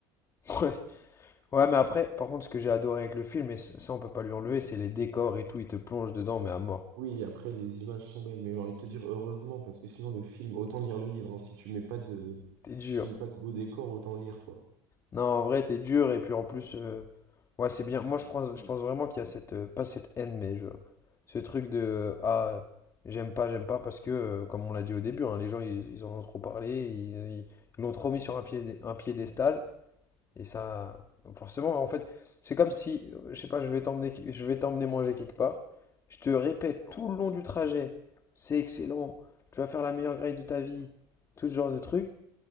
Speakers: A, on the left; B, on the right.
A: <laughs> Ouais. Ouais, mais après, par contre, ce que j'ai adoré avec le film, et c- ça on peut pas lui enlever, c'est les décors et tout, il te plonge dedans, mais à mort.
B: Oui, après les images sont belles, mais j'ai envie de te dire heureusement parce que sinon le film, autant lire le livre. hein. Si tu mets pas de,
A: T'es dur.
B: si tu mets pas de beau décor, autant lire quoi.
A: Non, en vrai, t'es dur, et puis en plus, euh, ouais, c'est bien. Moi, je pense, je pense vraiment qu'il y a cette, euh, pas cette haine, mais je, ce truc de, euh, ah, euh, j'aime pas, j'aime pas, parce que, euh, comme on l'a dit au début, hein, les gens, ils, ils en ont trop parlé, ils ils- ils l'ont trop mis sur un piédé- un piédestal, Et ça, forcément, en fait, c'est comme si, euh, je sais pas, je vais t'emmener, je vais t'emmener manger quelque part. Je te répète tout le long du trajet, c'est excellent, tu vas faire la meilleure grille de ta vie, tout ce genre de trucs.